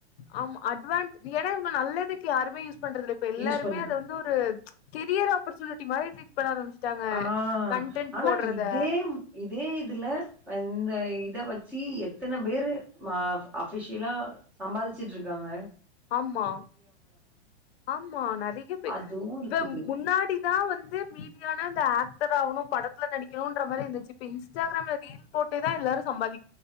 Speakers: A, on the left; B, in the centre.
A: ஆம் அட்வான் ஏன்னா இவங்க, நல்லதுக்கு யாருமே யூஸ் பண்றதுல்ல இப்ப எல்லாருமே
B: யூஸ் பண்றது
A: அத வந்து ஒரு கெரியர் ஆப்பர்ச்சுனிட்டி மாரி ட்ரீட் பண்ண ஆரம்பிச்சுட்டாங்க
B: ஆ
A: கன்டென்ட்
B: ஆனா
A: போட்றத
B: இதே இதே இதுல அந்த இத வச்சி எத்தன பேரு ம அஃபிஷியலா சமால்ச்சுட்ருக்காங்க
A: ஆமா ஆமா நெறைய பே
B: அதுவு இருக்குது
A: த முன்னாடி தா வந்து மீடியான இந்த ஆக்டர் ஆவணு படத்துல நடிக்கணுன்ற மாரி இருந்துச்சு இப்ப இன்ஸ்டாகிராம்ல மீ ல் போட்டே தா எல்லாரு சம்பாதி